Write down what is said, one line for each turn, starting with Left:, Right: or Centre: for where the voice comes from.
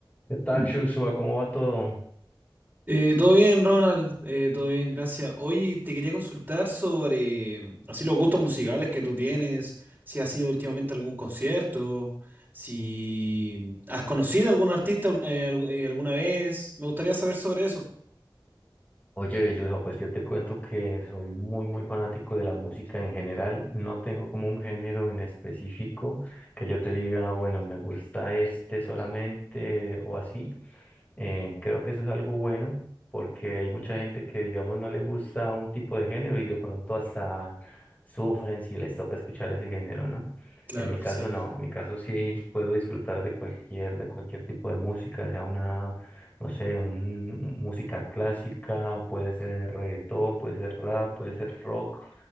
Left: ¿Qué tal,
Right: Mm.
Left: Joshua? ¿Cómo va todo?
Right: Eh, todo bien, Ronald, Eh, todo bien, gracias. Oye, te quería consultar sobre mm, así los gustos musicales que tú tienes, si has ido últimamente a algún concierto, si has conocido a algún artista eh, algu- eh, alguna vez. Me gustaría saber sobre eso.
Left: Oye, Joshua, pues yo te cuento que soy muy, muy fanático de la música en general. No tengo como un género en específico que yo te diga, "Ah, bueno, me gusta este solamente o así. Eh, creo que eso es algo bueno porque hay mucha gente que, digamos, no le gusta un tipo de género y de pronto hasta sufren si les toca escuchar ese género, ¿no?
Right: Claro,
Left: En mi caso
Right: sí.
Left: no, en mi caso sí puedo disfrutar de cualquier, de cualquier tipo de música, sea una, no sé, un- música clásica, o puede ser reggaetón, puede ser rap, puede ser rock,